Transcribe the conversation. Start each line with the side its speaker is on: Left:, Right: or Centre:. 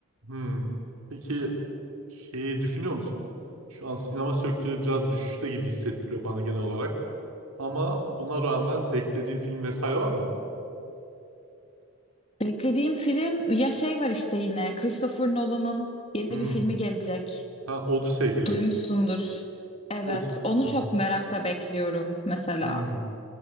Right: Hmm. Peki şeyi düşünüyor musun? Şu an sinema sektörü biraz düşüşte gibi hissettiriyor bana genel olarak. Ama buna rağmen beklediğin film vesaire var mı?
Left: Beklediğim film ya şey var işte yine Christopher Nolan'ın yeni
Right: Hmm.
Left: bir filmi gelecek.
Right: Ha, Odyssey gelecek.
Left: Duymuşsundur. Evet.
Right: Od
Left: Onu
Right: hı
Left: çok
Right: hı.
Left: merakla bekliyorum mesela.
Right: Hmm.